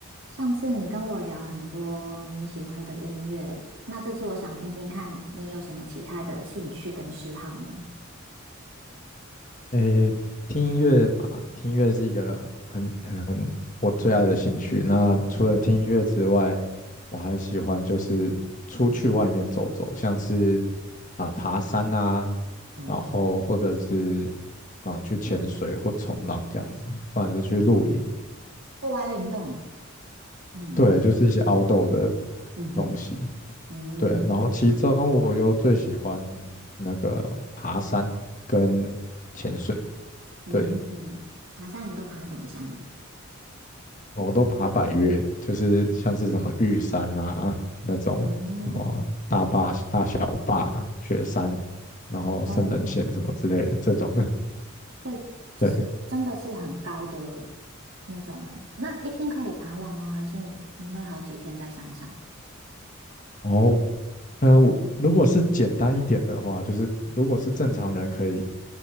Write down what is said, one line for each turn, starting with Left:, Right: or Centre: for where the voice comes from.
Right: 上次你跟我聊很多你喜欢的音乐，那这次我想听听看你有什么其他的兴趣跟嗜好呢？
Left: 诶，听音乐吧，听音乐是一个很很很我最爱的兴趣。那除了听音乐之外，
Right: 嗯，
Left: 我还喜欢就是出去外面走走，像是啊、爬山啊，
Right: 哦，
Left: 然后或者是啊、去潜水或冲浪这样子，不然就去露营。
Right: 户外运动，嗯
Left: 对，就是一些 outdoor 的
Right: 嗯哼，
Left: 东西。
Right: 嗯
Left: 对，然后其中我又最喜欢那个爬山跟潜水。
Right: 嗯嗯，
Left: 对，
Right: 爬山你都爬什么山呢？
Left: 哦我都爬百岳，就是像是什么玉山啊那种什么大坝、
Right: 哦
Left: 大小坝、雪山，然后圣人线什么之类的这种的。
Right: 哦，对，就是真的是很高的
Left: 对，
Right: 那种诶，那一天可以爬完吗？还是你会好几天在山上？
Left: 然后嗯、呃我如果是简单一点的话，就是如果是正常人可以